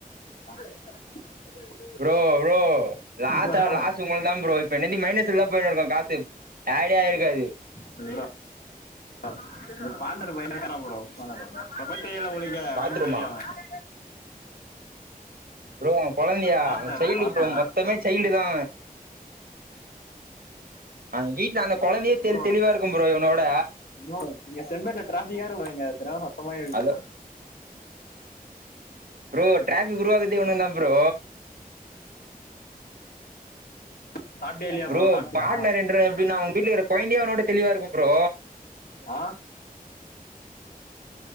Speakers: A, on the left (about 85°); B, on the right (about 80°).
A: <unintelligible>
B: ப்ரோ ப்ரோ லாஸ்டா
A: ப்ரோ
B: லாஸ் உங்களுக்தா ப்ரோ இப்ப இன்ன நீ மைனஸ்லதா போய்னு இருக்கு காசு ஆடே ஆயிருக்காது
A: ப்ரொ <inaudible>
B: பாத்ரூமா ப்ரோ அவ கொழந்தயா
A: பார்ட்னர்
B: அவ சைல்டு
A: பார்ட்னர்
B: ப்ரோ மொத்தமே சைல்டு தா அந் வீட்ல அந்த கொழந்தயே தெள்
A: ப்ரோ
B: தெளிவா இருக்கும் ப்ரோ இவனோட
A: ப்ரோ இங்க செம்பேட்ல டிராபிக்கா இருக்கு இங்க சரியான சத்தமா இருக்கு
B: ஹலோ ப்ரோ டிராபிக் உருவாக்குறதே இவனுங்க தா ப்ரோ
A: ஆ சாப்பிட்டியா இல்லையா
B: ப்ரோ
A: சாப்பிட்டியா
B: பாட்னருன்ற எப்டின்னா அவுங் வீட்லகிற கொய்ந்தயே அவனோட தெளிவா இருக்கு ப்ரோ
A: ஆ